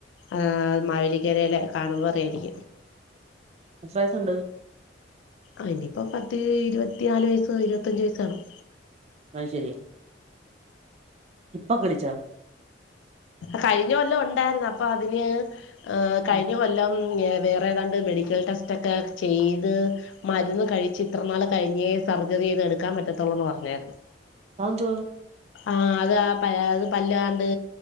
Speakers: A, on the left; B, on the right.
A: ആഹ് മാവേലിക്കരയിലെ കാണുമ്പോൾ അറിയായിരിക്കും
B: എത്ര വയസ്സ്ണ്ട്
A: അയ്നിപ്പോ പത്ത് ഇരുപത്തിനാല് വയസ്സ് ഇരുപത്തഞ്ച് വയസ്സ് കാണും
B: അയ് ശെരി ഇപ്പൊ കിളിച്ചാ
A: കഴിഞ്ഞ കൊല്ലം ഉണ്ടായിർന്നു അപ്പൊ അതിന് കഴിഞ്ഞ
B: ഉം.
A: കൊൽ ല്ലം വേറെ ഏതാണ്ട് മെഡിക്കൽ ടെസ്റ്റ് ഒക്കെ ചെയ്ത് മരുന്ന് കഴിച്ച് ഇത്രനാൾ കഴിഞ്ഞേ സർജറി ചെയ്ത് എടുക്കാൻ പറ്റത്തുള്ളൂന്ന് പറഞ്ഞേർന്നു.
B: ആ ന്താ
A: ആഹ് അത് ആ പഴേത് പല്ലാണ്ട്